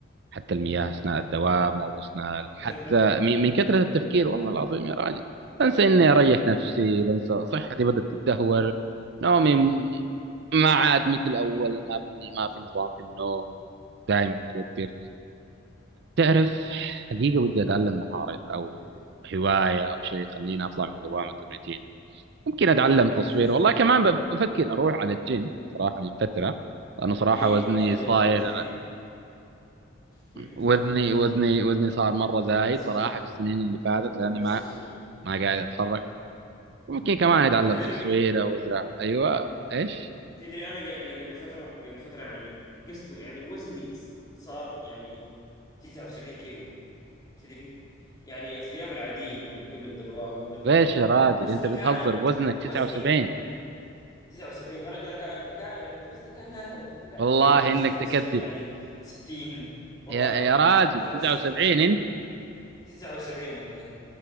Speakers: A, on the right; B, on the left.
A: حتى المياه اثناء الدوام
B: اه
A: او اثناء ال- حتى
B: لذا الدرجة
A: من من كثره التفكير والله العظيم يا راجل بنسى اني اريح نفسي بنسى صحتي بدات تتدهور نومي م- ما عاد مثل الاول ما فيني ما في نظام في النوم دائما متوتر تعرف حقيقه ودي اتعلم مهاره او
B: شيك
A: هوايه او شيء يخليني اطلع من دوامه الروتين ممكن اتعلم
B: ايش
A: تصوير
B: ايش
A: والله
B: يعني
A: كمان ب- بفكر اروح على الجيم صراحه من فتره
B: مهم.
A: لانه صراحه
B: اي
A: وزني
B: والله
A: صاير
B: في تدري <laughs>
A: وزني وزني وزني صار مره زايد
B: نفس
A: صراحه
B: الشيء
A: في السنين اللي فاتت
B: والله
A: لاني
B: نفس
A: ما
B: الشيء
A: ما قاعد اتحرك ممكن كمان اتعلم
B: تدري
A: تصوير او ازرع ايوه ايش
B: تدري انا ق- يعني قبل فترة قبل فترة يعني قست يعني وزني صار يعني 79 كيلو تدري يعني في الأيام العادية يعني قبل الدوام قبل الضغط
A: ليش يا راجل
B: وزني
A: انت بتهزر
B: كان
A: بوزنك
B: وزني
A: 79
B: ك- 79 يا رجال كان كان يعني وزني كان ها ها- لا
A: والله
B: طبيعي 55
A: انك تكذب
B: يعني 60 والله
A: يا
B: العظيم
A: يا راجل
B: 79
A: 79
B: كيلو 79 أنا أي